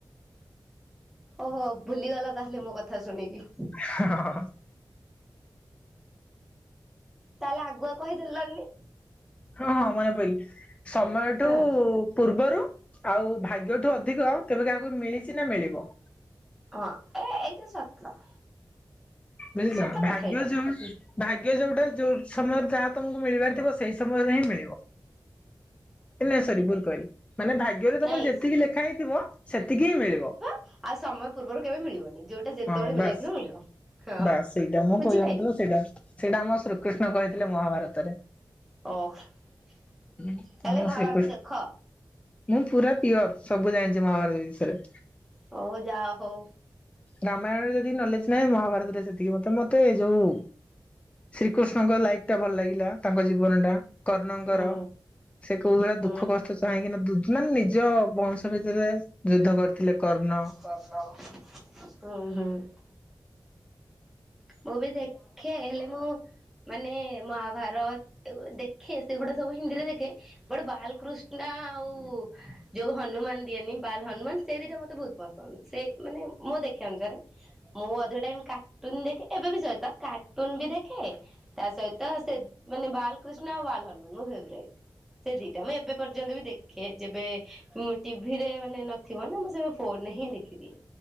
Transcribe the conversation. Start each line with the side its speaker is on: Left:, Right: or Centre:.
Centre: ଓହୋ ଭୁଲିଗଲା ତା'ହେଲେ ମୋ କଥା ଶୁଣିକି।
Left: <inaudible>
Centre: ତା'--ଲେ ଆଗୁଆ କହି ଦେଲନି।
Left: ହଁ ହଁ, ମନେ ସମୟଠୁ
Centre: ହଁ
Left: ପୂର୍ବରୁ ଆଉ ଭାଗ୍ୟଠୁ ଅଧିକ କେବେ କାହାକୁ ମିଳିଚି ନା ମିଳିବ।
Centre: ହଁ, ଏ ଏଇଟା ସତ।
Left: <inaudible>
Centre: ସତ
Left: ଭାଗ୍ୟ
Centre: କଥା ଏଇଟା
Left: ଯଉଟା,
Centre: ହୁଁ
Left: ଯଉ ସମୟରେ ଯାହା ତମକୁ ମିଳିବାର୍ ଥିବ ସେଇ ସମୟରେ ହିଁ ମିଳିବ। ନା--ସରି ଭୁଲ୍ କହିଲି, ମାନେ ଭାଗ୍ୟରେ ତମର
Centre: ନାଇଁ
Left: ଯେତିକି ଲେଖା ହେଇଥିବ, ସେତିକି ହି ମିଳିବ।
Centre: ଆଉ ସମୟ ପୂର୍ବରୁ କେବେ ମିଳିବନି। ଯଉଟା ଯେତବଳେ
Left: ହଁ
Centre: ମିଳିବାର
Left: ବାସ୍
Centre: ଥିବ, ମିଳିବ ହଁ
Left: ବାସ୍ ସେଇଟା ମୁଁ
Centre: ବୁଝିପାଇଲିି।
Left: କହିବା ମତଲବ ସେଇଟା ସେଇଟା ଆମ ଶ୍ରୀକୃଷ୍ଣ କହିଥିଲେ, ମହାଭାରତରେ।
Centre: <inaudible>
Left: <inaudible>
Centre: ତାହେଲେ ମହାଭାରତ ଦେଖ।
Left: ମୁଁ ପୁରା ପିଅର୍, ସବୁ ଜାଣିଚି ମହାଭାରତ ବିଷରେ।
Centre: <inaudible>
Left: ରାମାୟଣରେ ଯେତିକି ନଲେଜ୍‌ ନାହିଁ, ମହାଭାରତରେ ସେତିକି-------ମତେ ଯଉ ଶ୍ରୀକୃଷ୍ଣଙ୍କ ଲାଇପ୍ ଟା ଭଲ୍ ଲାଗିଲା ତାଙ୍କ ଜୀବ ଟା। କର୍ଣ୍ଣଙ୍କ
Centre: ହୁଁ
Left: ର ସେ କଉ ଭଳିଆ
Centre: ହୁଁ
Left: ଦୁଃଖ କଷ୍ଟ କାହିଁକିନା ନିଜ ବଂଶ ଭିତରେ ଯୁଦ୍ଧ କରିଥିଲେ କର୍ଣ୍ଣ।
Centre: <inaudible> ମୁଁ ବି ଦେଖେ, ହେଲେ ମୁଁ ମାନେ ମହାଭାରତ୍ ଦେଖେ ସେଗୁଡ଼ା ସବୁ ହିନ୍ଦୀରେ ଦେଖେ। ବାଲ୍ ଆଉ ଯଉ ହନୁମାନ ଦିଏନି ବାଲ୍ ହନୁମାନ୍ ସେ ଦିଟା ମତେ ବହୁ ପସନ୍ଦ୍, ସେ ମାନେ ମୁଁ ଦେଖିବା ଅନୁସାରେ ମୁଁ ଅଧିକ ଟାଇମ୍ କାଟୁନ୍‌ ଦେଖେ। ଏବେ ବି ସଇତ କାଟୁନ୍‌ ବି ଦେଖେ। ତା' ସଇତ ମାନେ ବାଲ୍ କୃଷ୍ଣ ଆଉ ବାଲ୍ ହନୁମାନ୍‌ ମୋ ଫେବ୍ରାଇଟ୍ ସେ ଦିଟା। ମୁଁ ଏବେ ପର୍ଯ୍ୟନ୍ତ ବି ଦେଖେ, ଯେବେ ଟିଭିରେ ମାନେ ନଥିବ ନା। ମୁଁ ଫୋନ୍‌ ରେ ହିଁ ଦେ ଦେଖିଦିଏ,